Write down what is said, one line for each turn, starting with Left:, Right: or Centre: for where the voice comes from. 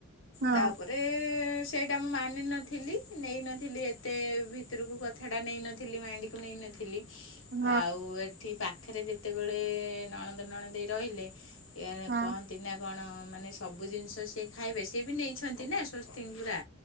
Right: ହଁ
Left: ତାପରେ-ଏ-ଏ-ଏ ସେ ଟା ମୁଁ ମାନିନଥିଲି ନେଇନଥିଲି ଏତେ ଭିତରକୁ କଥାଟା ନେଇନଥିଲି ମାଇଣ୍ଡ କୁ ନେଇ ଥିଲି
Right: ହଁ
Left: ଆଉ ଏଠି ପାଖରେ ଯେତେବେଳେ-ଏ-ଏ ନଣଦ ନଣଦେଇ ରହିଲେ କେଣେ
Right: ହଁ
Left: ପହଞ୍ଚ ତିନା କଣ ମାନେ ସବୁ ଜିନିଷ ସିଏ ଖାଇବେ ସିଏ ବି ନେଇଛନ୍ତି ନା ସ୍ବସ୍ତିଗ୍ ପୁରା